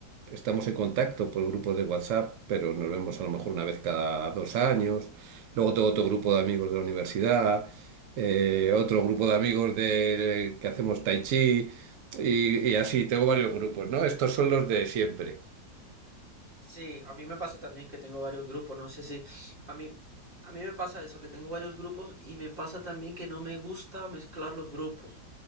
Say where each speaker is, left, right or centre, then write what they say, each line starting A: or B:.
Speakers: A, on the right; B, on the right.
A: estamos en contacto por grupos de WhatsApp, pero nos vemos a lo mejor una vez cada dos años. Luego tengo otro grupo de amigos de la universidad, eh, otro grupo de amigos de, que hacemos tai chi y, y así, tengo
B: Ajá.
A: varios grupos, ¿no? Estos son los de siempre.
B: Sí, a mí me pasa también que tengo varios grupos. No sé si a mí, a mí me pasa eso, que tengo varios grupos y me pasa también que no me gusta mezclar los grupos,